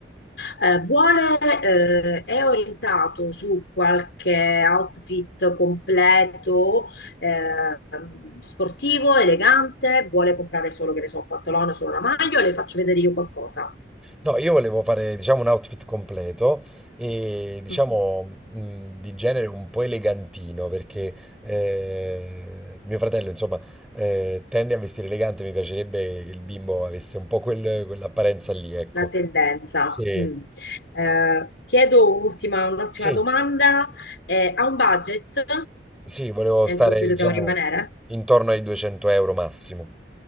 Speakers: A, on the left; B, in the centre.
A: Eh, vuole, eh, è orientato su qualche outfit completo, eh, sportivo, elegante, vuole comprare solo, che ne so, un pantalone, solo una maglia, o le faccio vedere io qualcosa.
B: No, io volevo fare, diciamo, un outfit completo e, diciamo,
A: Mm.
B: mh, di genere un po' elegantino, perché eh, mio fratello, insomma, eh, tende a vestire elegante, mi piacerebbe che il bimbo avesse un po' quel- quell'apparenza lì, ecco.
A: La tendenza.
B: Sì,
A: Mm. Eh, chiedo un'ultima un'ultima
B: sì,
A: domanda. Eh, ha un budget
B: sì, volevo
A: entro
B: stare,
A: cui dobbiamo
B: diciamo,
A: rimanere?
B: intorno ai 200 euro massimo.